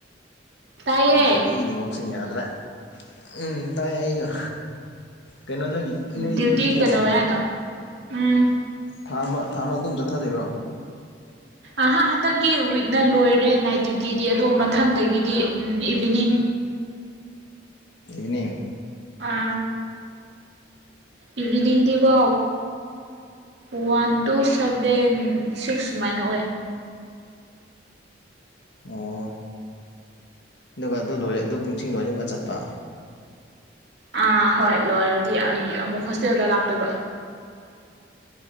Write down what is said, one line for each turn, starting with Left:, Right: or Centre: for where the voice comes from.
Right: ꯇꯥꯏꯌꯦ
Left: ꯎꯝ ꯑꯩ ꯅꯤꯋꯥꯛꯁꯤ ꯌꯥꯗ꯭ꯔꯥ ꯎꯝ ꯇꯥꯏꯌ‌ꯦ ꯑꯩꯁꯨ ꯀꯩꯅꯣ ꯅꯪꯒꯤ ꯅꯒꯤ
Right: ꯗ꯭ꯌꯨꯇꯤ
Left: ꯗꯤꯇꯤꯗꯣ
Right: <unintelligible> ꯎꯝ
Left: ꯊꯥ ꯑꯃ ꯊꯥ ꯑꯃ ꯑꯗꯨꯝ ꯆꯠꯊꯗꯣꯏꯔꯣ
Right: ꯑꯍ ꯍꯟꯗꯛꯀꯤ ꯋꯤꯛꯅ ꯂꯣꯏꯔꯦ ꯅꯥꯏꯠ ꯗ꯭ꯌꯨꯇꯤꯗꯤ ꯑꯗꯨꯒ ꯃꯊꯪꯗꯒꯤꯗꯤ ꯏꯚꯤꯅꯤꯡ
Left: ꯏꯚꯅꯤꯡ
Right: ꯑ ꯏꯚꯅꯤꯡꯗꯤꯀꯣ ꯋꯥꯟ ꯇꯨ ꯁꯚꯦꯟ ꯁꯤꯛꯁ ꯁꯨꯃꯥꯏꯅ ꯑꯣꯏ
Left: ꯑꯣ ꯑꯗꯨꯒ ꯑꯗꯨ ꯂꯣꯏꯔꯦ ꯑꯗꯨ ꯄꯨꯡꯁꯤꯡ ꯂꯣꯏꯔ ꯑꯃꯨꯛꯀ ꯆꯠꯄ
Right: ꯑꯥ ꯍꯣꯏ ꯂꯣꯏꯔꯗꯤ ꯑꯩ ꯑꯃꯨꯛ ꯍꯣꯁꯇꯦꯜꯗ ꯂꯥꯛꯇꯣꯏꯕ